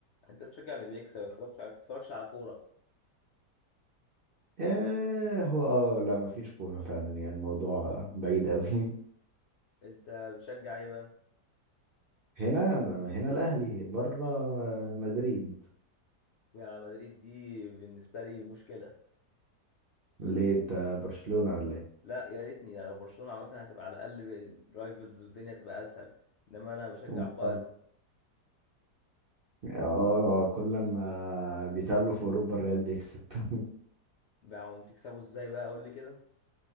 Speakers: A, on the left; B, on the right.
A: انت بتشجع اللي بيكسب ما بتتفرجش على ما بتتفرجش على كوره
B: آه هو اه لا مفيش كورة فعلا يعني الموضوع بعيد قوي <laughs>
A: انت بتشجع ايه بقى
B: هنا هنا الأهلي بره مدريد
A: يا مدريد دي بالنسبه لي مشكله
B: ليه انت برشلونة ولا ايه؟
A: لا يا ريتني لو برشلونه عامه هتبقى على الاقل رايفلز والدنيا تبقى اسهل انما انا بشجع
B: اه
A: بايرن
B: آه، كل ما بيتقابلوا في أوروبا الريال بيكسب <laughs>
A: بقى هم بتكسبوا ازاي بقى قول لي كده